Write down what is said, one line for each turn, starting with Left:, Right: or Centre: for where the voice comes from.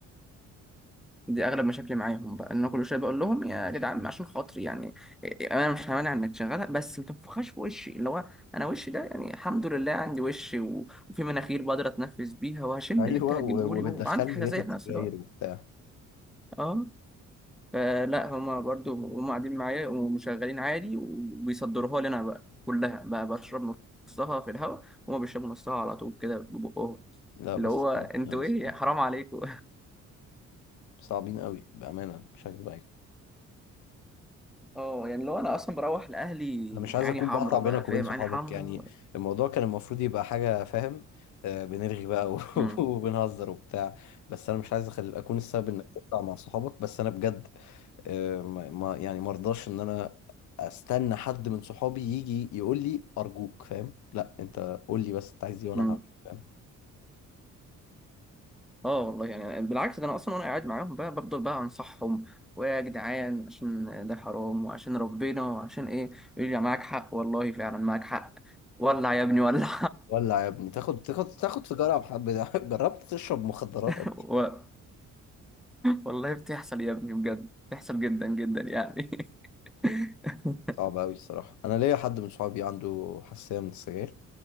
Centre: دي اغلب مشاكلي معاهم بقى ان انا كل شويه بقول لهم يا جدعان عشان خاطري يعني انا مش همانع انك تشغلها بس ما تنفخهاش في وشي اللي هو انا وشي ده يعني الحمد لله عندي وش و- وفي مناخير بقدر اتنفس بيها وهشم
Left: ايوه
Centre: اللي انت هتجيبه
Left: و-
Centre: لي
Left: وبتدخلني
Centre: وعندي حساسيه
Left: ريحه
Centre: في
Left: سجاير
Centre: نفس الوقت
Left: وبتاع
Centre: اه فلا هما برضو هما قاعدين معايا ومشغلين عادي وبيصدروها لي انا بقى كلها بقى بشرب نصها في الهواء وهما بيشربوا نصها على طول كده ببقهم
Left: لا بس
Centre: اللي هو انتوا
Left: صعبين قوي الصراحه
Centre: ايه حرام عليكم
Left: صعبين قوي بامانه مش هكدب عليك
Centre: اه يعني لو انا اصلا بروح لاهلي
Left: انا مش عايز
Centre: عيني
Left: اكون
Centre: حمرا
Left: بقطع بينك
Centre: بقى فاهم
Left: وبين صحابك
Centre: عيني حمرا
Left: يعني الموضوع كان المفروض يبقى حاجه فاهم آه بنرغي بقى و-
Centre: امم
Left: <laughs> وبنهزر وبتاع بس انا مش عايز أخل... اكون السبب انك تقطع مع صحابك بس انا بجد آه ما ما- يعني مرضاش ان انا استنى حد من صحابي يجي يقول لي ارجوك فاهم لا انت قول لي بس انت عايز ايه وانا
Centre: امم
Left: هعمل فاهم
Centre: اه والله يعني بالعكس ده انا اصلا وانا قاعد معاهم بقى بفضل بقى انصحهم ويا جدعان عشان ده حرام وعشان ربنا وعشان ايه يقول لي معاك حق والله فعلا معاك حق ولع يا ابني ولع
Left: ولع يا ابني تاخد تاخد تاخد في جرعة بحب ده <laughs> جربت تشرب مخدرات
Centre: <laughs>
Left: قبل كده؟
Centre: و... والله بتحصل يا ابني بجد بتحصل جدا جدا يعني <laughs>
Left: صعب قوي الصراحة انا ليا حد من صحابي عنده حساسية من السجاير